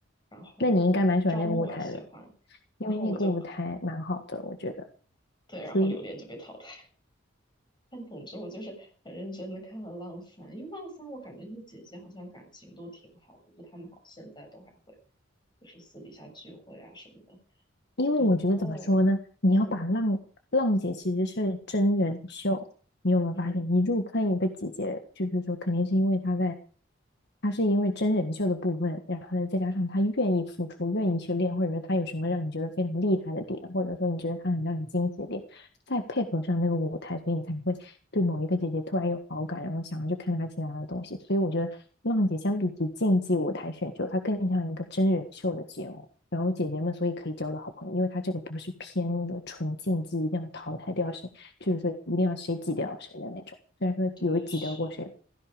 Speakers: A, on the left; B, on the left.
A: 然后赵梦我也喜欢，
B: 那你应该蛮喜欢那个舞台的，因为那个舞台蛮好的，
A: 然后我就很
B: 我觉得
A: 对，然后榴莲就被淘汰。
B: 所以。属于
A: 但总之，我就是很认真的看了《浪三》，因为《浪三》我感觉是姐姐好像感情都挺好的，就他们好像现在都还会就是私底下聚会啊什么的。
B: 因为我觉得怎么说呢？
A: 然后，
B: 你要把浪浪姐其实是真人秀，
A: 嗯
B: 你有没有发现？
A: 嗯，
B: 你入坑一个姐姐，就是说肯定是因为她在，她是因为真人秀的部分，然后呢再加上她愿意付出，愿意去练，或者说她有什么让你觉得非常厉害的点，或者说你觉得她很让你惊喜的点，再配合上那个舞台，所以你才会对某一个姐姐突然有好感，然后想要去看她其他的东西。所以我觉得浪姐相比起竞技舞台选秀，它更像一个真人秀的节目。然后姐姐们所以可以交到好朋友，因为他这个不是偏那种纯竞技，一定要淘汰掉谁，就是说一定要谁挤掉谁的那种。虽然说有挤掉过谁，
A: 对，是，